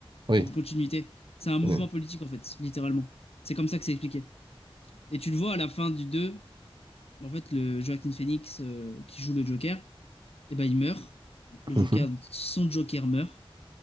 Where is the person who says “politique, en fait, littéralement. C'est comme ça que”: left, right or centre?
Left